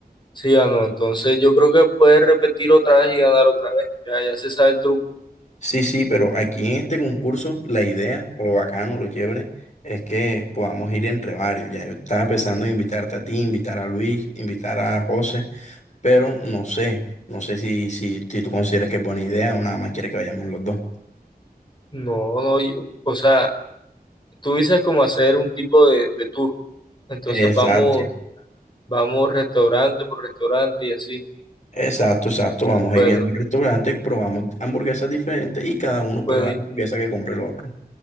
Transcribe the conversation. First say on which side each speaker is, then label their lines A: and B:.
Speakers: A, on the left; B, on the left.
A: sí ganó, entonces yo creo que puedes repetir otra vez y ganar otra vez, ya, ya se sabe el truco.
B: Sí, sí, pero aquí en este concurso la idea, o lo bacano, lo chévere, es que podamos ir entre varios. Ya yo estaba pensando en invitarte a ti, invitar a Luis, invitar a José, pero no sé, no sé si, si, si tú consideras que es buena idea o nada más quieres que vayamos los dos.
A: No, no, yo- o sea, tú dices como hacer un tipo de, de tour, entonces
B: Exacto,
A: vamos Vamos restaurante por restaurante y así.
B: exacto, exacto. Vamos a
A: Bueno,
B: ir viendo el restaurante, probamos hamburguesas diferentes y cada uno
A: bueno,
B: prueba
A: Bueno,
B: la hamburguesa que compre el otro.